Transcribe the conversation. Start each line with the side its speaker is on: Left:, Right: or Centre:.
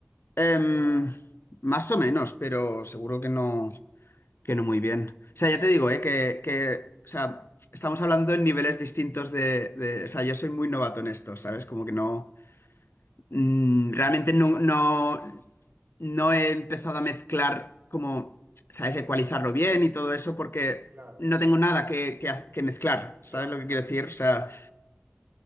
Left: Em,
Right: Para,
Left: más o menos, pero seguro que no, que no muy bien. O sea, ya te digo, eh, que, que, o sea, estamos hablando en niveles distintos de, de- O sea, yo soy muy novato en esto, ¿sabes? Como que no... mm, realmente no, no, no he empezado a mezclar como, ¿sabes? Ecualizarlo bien y todo eso porque
Right: claro,
Left: no tengo nada que, que ha- que mezclar, ¿sabes
Right: claro,
Left: lo que
Right: claro,
Left: quiero decir?
Right: claro,
Left: O sea...